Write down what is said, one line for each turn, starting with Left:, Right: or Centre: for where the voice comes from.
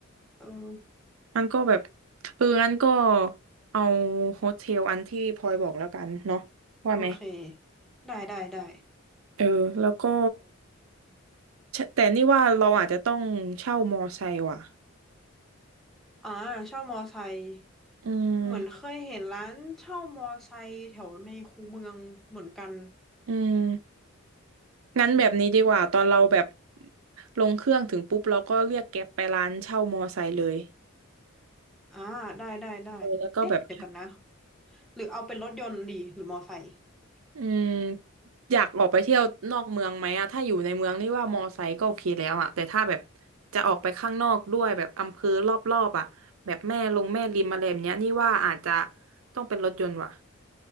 Centre: เออ
Right: มันก็แบบเอองั้นก็เอาโฮเทลอันที่พลอยบอกแล้วกันเนาะว่าไหม
Centre: โอเคได้ได้ได้
Right: เออแล้วก็แต่นี่ว่าเราอาจจะต้องเช่ามอไซค์ว่ะ
Centre: อ่าเช่ามอไซค์
Right: อืม
Centre: เหมือนเคยเห็นร้านเช่ามอไซค์แถวในคูเมืองเหมือนกัน
Right: อืมงั้นแบบนี้ดีกว่าตอนเราแบบลงเครื่องถึงปุ๊บเราก็เรียกแก๊ปไปร้านเช่ามอไซค์เลย
Centre: อ่าได้ได้ได้เอ๊ะเดี๋ยวกันนะ
Right: เออแล้วก็แบบ
Centre: หรือเอาเป็นรถยนต์ดีหรือมอไซค์
Right: อืมอยากออกไปเที่ยวนอกเมืองไหมอะถ้าอยู่ในเมืองนี่ว่ามอไซค์ก็โอเคแล้วอะแต่ถ้าแบบจะออกไปข้างนอกด้วยแบบอำเภอรอบๆอะแบบแม่ลงแม่ริมอะไรแบบเนี้ยนี่ว่าอาจจะต้องเป็นรถยนต์ว่ะ